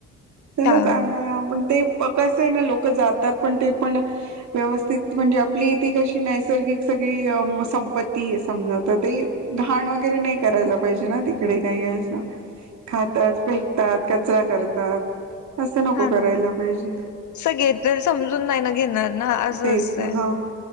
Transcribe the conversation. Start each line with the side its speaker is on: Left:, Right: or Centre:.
Right: चला
Left: हा
Right: चांगलं पण ते कस आहे. ना लोक जातात. पण ते पण व्यवस्थित म्हणजे आपले इथं कशी नैसर्गिक संपत्ती आहे. समजा तर ते घाण वगैरे नाही करायला पाहिजे ना तिकडे पर्यायच नाही. खातात फेकतात कचरा करतात. अस नको
Left: हा
Right: करायला
Left: ना
Right: पाहिजे.
Left: सगळे जन समजून नाही ना घेणार ना असं
Right: तेच
Left: असतय
Right: हा